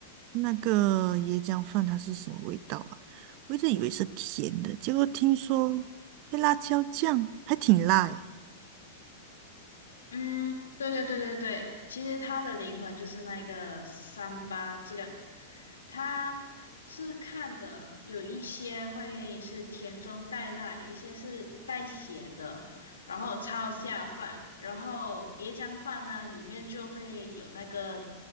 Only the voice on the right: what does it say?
那个椰浆饭它是什么味道啊？我一直以为是甜的，结果听说配辣椒酱还挺辣诶。